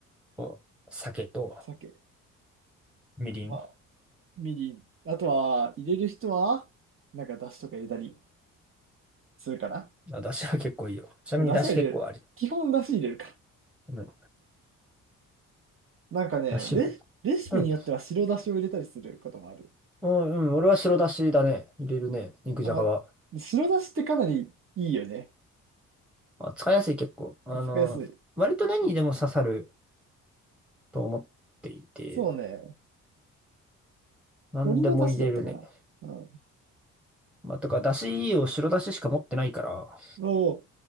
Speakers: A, in the centre; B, on the right.
A: こう酒と
B: 酒。
A: みりん。
B: まあみりん。あとは、入れる人は、なんか、だしとか入れたりするかな。
A: まあ、だしは結構いいよ。ちなみにだし結構あり。
B: だしは入れる。基本だし入れるか。
A: うん
B: なんかね、
A: だしはいい。
B: レ、レシピによっては白だしを入れたりすることもある。
A: うん。うん、うん俺は白だしだね。入れるね。肉じゃがは。
B: あ、ま、白だしってかなりいいよね。
A: まあ、使いやすい結構。あの、
B: 使いやすい。
A: 割と何にでも刺さると思っていて、
B: そうね。
A: 何でも入れるね。
B: 鶏のだしだったかな。うん。
A: まあ、とか、だしを白だししか持ってないから、
B: おーっ